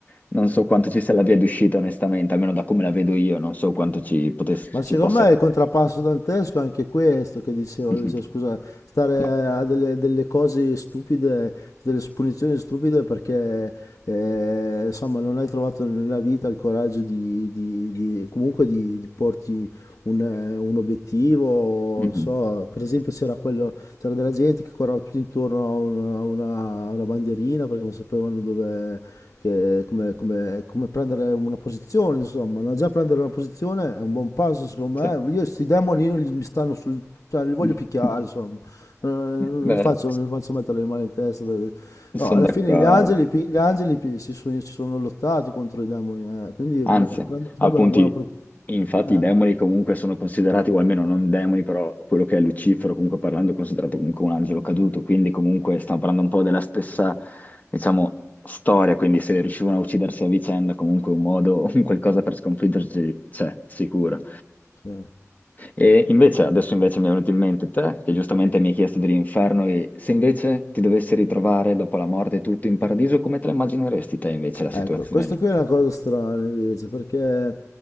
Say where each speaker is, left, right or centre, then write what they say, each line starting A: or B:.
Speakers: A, on the left (about 30°); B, on the left (about 85°).
A: non so quanto ci sia la via d'uscita, onestamente, almeno da come la vedo io, non so quanto ci, potesse-
B: Ma
A: ci
B: secondo
A: possa...
B: me è il contrappasso dantesco è anche questo che diceva
A: Mhm.
B: lui, cioè, scusa, stare
A: Ma-
B: a delle, delle cose stupide, delle punizioni stupide perché eh, insomma non hai trovato nella vita il coraggio di, di- di- comunque di, di porti un, eh, un obiettivo,
A: Mhm.
B: non so, per esempio c'era, quello, c'era della gente che correva tutto intorno a una, a una- a una bandierina perché non sapevano dove, che- come, come- come prendere una posizione, insomma, no? già prendere una posizione è un buon passo secondo
A: Sì.
B: me, io questi demoni io li- mi stanno sul... cioè, li voglio
A: <laughs>
B: picchiare, insomma, non, non
A: Beh,
B: non mi faccio, non mi faccio mettere le mani in testa.
A: sono
B: No, alla
A: d'accordo.
B: fine gli angeli, pi- gli angeli pi- si sono, si sono lottati contro i demoni, eh, quindi
A: Anzi,
B: ma- sarebbe
A: appunti,
B: una buona... pos-
A: infatti
B: Eh,
A: i demoni comunque sono considerati, o almeno non demoni, però quello che è Lucifero, comunque parlando, è considerato comunque un angelo caduto, quindi comunque stiamo parlando un po' della stessa, diciamo, storia, quindi se riuscivano a uccidersi a vicenda, comunque un modo, <laughs> un qualcosa per sconfiggerci c'è, sicuro.
B: sì.
A: E invece, adesso invece mi è venuto in mente te, che giustamente mi hai chiesto dell'inferno, e se invece ti dovessi ritrovare dopo la morte e tutto in paradiso, come te la immagineresti te invece la situazione
B: Ecco, questa
A: lì?
B: qui è una cosa strana invece, perché